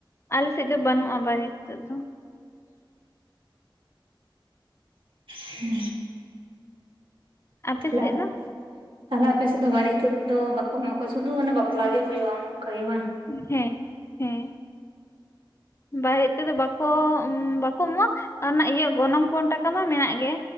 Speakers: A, on the left; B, on the right.
A: ᱟᱞᱮ ᱥᱮᱫ ᱫᱚ ᱵᱟᱹᱱᱩᱜᱼᱟ ᱵᱟᱨᱮ ᱤᱛᱟᱹᱫ ᱫᱚ᱾
B: ᱦᱮᱸ
A: ᱟᱯᱮ
B: ᱛᱟᱦᱞᱮ
A: ᱥᱮᱫ ᱫᱚ
B: ᱛᱟᱦᱚᱞᱮ ᱟᱯᱮ ᱥᱮᱫ ᱫᱚ ᱵᱟᱨᱮ ᱤᱛᱩᱫ ᱫᱚ ᱵᱟᱠᱚ ᱮᱢᱟ ᱠᱚᱣᱟ, ᱥᱩᱫᱷᱩ ᱢᱟᱱᱮ ᱵᱟᱯᱞᱟ ᱜᱮ ᱦᱩᱭᱩᱜᱼᱟ᱾ ᱚᱱᱮ ᱚᱱᱠᱟ ᱜᱮ ᱵᱟᱝ
A: ᱦᱮᱸ - ᱦᱮᱸ ᱵᱟᱨᱦᱮ ᱨᱮᱫᱚ ᱵᱟᱠᱚ ᱵᱟᱠᱚ ᱮᱢᱚᱜᱼᱟ ᱟᱨ ᱚᱱᱟ ᱤᱭᱟᱹ ᱜᱚᱱᱚᱝ ᱯᱚᱱ ᱴᱟᱠᱟ ᱢᱟ ᱢᱮᱱᱟᱜ ᱜᱮ,